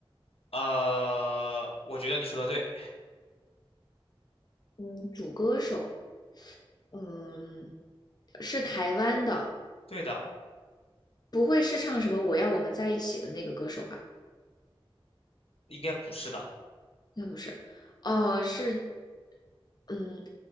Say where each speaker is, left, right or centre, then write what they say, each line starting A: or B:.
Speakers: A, on the left; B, on the left.
A: 呃，我觉得你说的对，
B: 嗯，主歌手，嗯，是台湾的，
A: 对的，
B: 不会是唱什么“我要我们在一起”的那个歌手吧？
A: 应该不是的。
B: 那不是，哦，是，嗯，